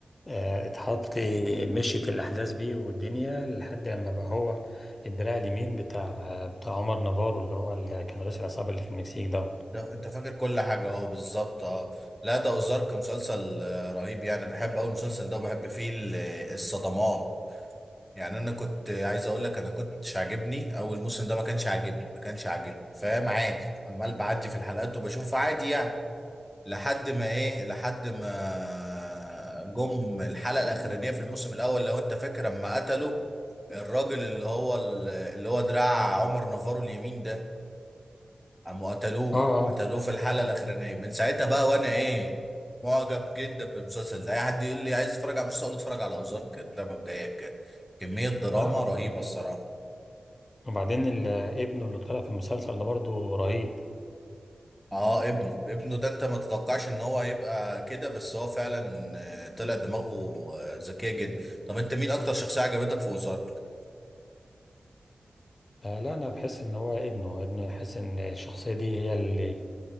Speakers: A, on the left (about 35°); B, in the centre.
A: آه اتحط مشيت الأحداث بيه والدنيا لحد لما بقى هو الدراع اليمين بتاع بتاع عمر نافارو اللي هو اللي كان رئيس العصابة اللي في المكسيك ده اه
B: انت انت فاكر كل حاجة اهو بالظبط اه لا ده اوزارك مسلسل آه، رهيب يعني بحب اول المسلسل ده وبحب فيه ال- الصدمات يعني انا كنت عايز اقول لك انا كنتش عاجبني اول موسم ده ما كانش عاجبني ما كانش عاجبني فاهم عادي عمال بعدي في الحلقات وبشوفها عادي يعني لحد ما ايه لحد ما جم الحلقه الاخرانيه في الموسم الاول لو انت فاكر لما قتلوا الراجل اللي هو اللي هو دراع عمر نافارو اليمين ده قاموا قتلوه
A: اه
B: قتلوه في الحلقه الاخرانيه من ساعتها بقى وانا ايه معجب جدا بالمسلسل ده اي حد يقول لي عايز اتفرج على مسلسل اقول له اتفرج على ازارك ده مبدئيا كده كميه دراما
A: اه والله.
B: رهيبه الصراحه
A: وبعدين ال- ابنه اللي طلع في المسلسل ده برضه رهيب
B: اه ابنه ابنه ده انت ما تتوقعش ان هو هيبقى كده بس هو فعلا آه، طلع دماغه آه، ذكيه جدا طب انت مين اكتر شخصيه عجبتك في وزارت
A: آه لا انا بحس ان هو ابنه ابنه يحس ان الشخصيه دي هي اللي